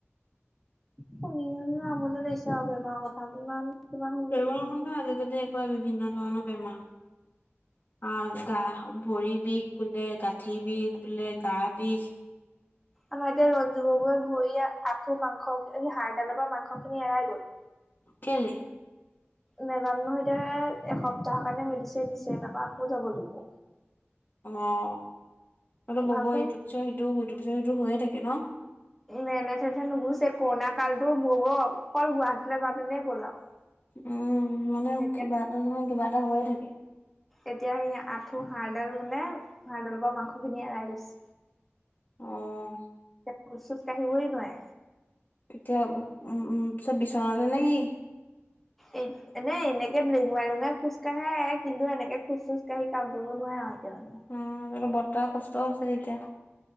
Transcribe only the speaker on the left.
বেমাৰৰ কথা <unintelligible> মানে আজিকালি একে বিভিন্ন ধৰণৰ বেমা অঁ গা ভৰি বিষ বোলে গাঁঠি বিষ বোলে গা বিষ।
কেলে
অ' তহঁতৰ ববৌৰ
ইটো পিছত সিটো সেইটো পিছত সেইটো হৈয়ে থাকে ন?
উম মানে
কিবা এটা নহয় কিবা এটা হৈয়ে থাকে।
অ',
এতিয়া উম উম পিচে বিচনাতে নেকি?
উম, তহঁতৰ বৰ্তাৰ কষ্ট হৈছে তেতিয়া?